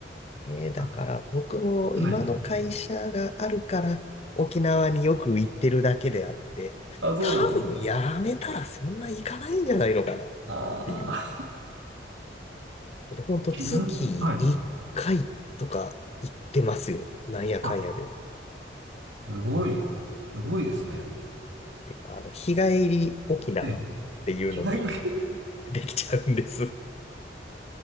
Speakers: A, on the left (about 35°); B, on the right (about 85°).
A: えーだから僕も今の会社があるから沖縄によく行ってるだけであって、
B: あはい。あ、そうなんですね。
A: 多分やめたらそんな行かないんじゃないのかなっていう。
B: ああ、
A: で、ほんと月1回とか行ってますよ。
B: ちな、はい。
A: なんやかんやで。
B: あ、すごい、すごいですね。
A: で、まあの、日帰り沖縄っていうのも
B: で、日帰り
A: できちゃうんです。